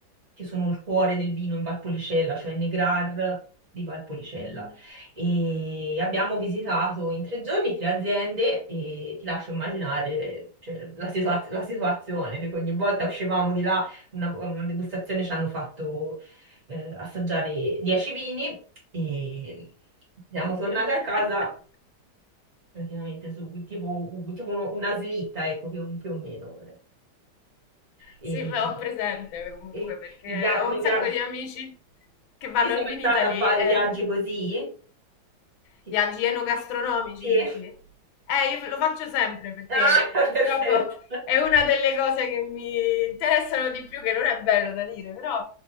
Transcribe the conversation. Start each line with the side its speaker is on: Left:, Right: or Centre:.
Right: che sono il cuore del vino in Valpolicella, cioè Negrar di Valpolicella.
Left: mm.
Right: E abbiamo visitato in tre giorni tre aziende e ti lascio immaginare, cioè, la situa- la situazione, che ogni volta uscivamo di là una, una degustazione ci hanno fatto eh, assaggiare 10 vini e siamo tornati
Left: <laughs>
Right: a casa praticamente su tipo, tipo uno- una slitta, ecco, più, più o meno. eh. E,
Left: Sì, beh, ho presente comunque
Right: e
Left: perché
Right: mi pia-
Left: ho
Right: mi
Left: un sacco
Right: pia-
Left: di amici che vanno
Right: Io sono
Left: al
Right: mai
Left: Vinitaly
Right: stata a fare
Left: e
Right: viaggi così? Sì.
Left: viaggi enogastronomici,
Right: Sì.
Left: dici? Eh, io lo faccio sempre perché
Right: Ah,
Left: purtroppo
Right: <laughs> perfetto.
Left: è una delle cose che mi interessano di più, che non è bello da dire, però